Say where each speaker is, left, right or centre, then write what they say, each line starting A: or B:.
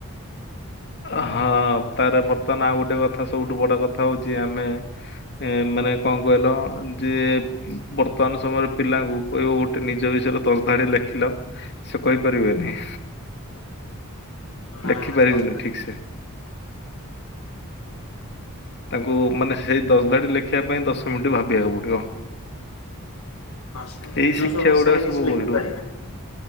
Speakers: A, on the left; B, on the left.
A: ଅ ହଁ ତାପରେ ବର୍ତ୍ତମାନ ଆଉ ଗୋଟେ କଥା ସବୁଠୁ ବଡ କଥା ହଉଚି ଆମେ ଏଁ ମାନେ କଁ କଇଲ ଯିଏ ବର୍ତ୍ତମାନ ସମୟରେ ପିଲାଙ୍କୁ କହିବ ଗୋଟେ ନିଜ ବିଷୟରେ ଦଶ ଧାଡି ଲେଖିଲ ସେ କହିପାରିବେନି।
B: ନା
A: ଲେଖିପାରିବେନି
B: କହିପାରିବେନି
A: ଠିକ୍ ସେ। ତାଙ୍କୁ ମାନେ ସେଇ ଦଶ ଧାଡି ଲେଖିବା ପାଇଁ ଦଶ ମିଣ୍ଟି ଭାବିଆକୁ ପଡିବ‌।
B: ହଁ ସେ ନିଜସ୍ୱ
A: ଏଇ ଶିକ୍ଷା
B: ଭାଷାରେ
A: ଗୁଡା ସବୁ
B: କିଛି ଲେଖି
A: ବହିରୁ
B: ପାରିବେନି।
A: ହୁଁ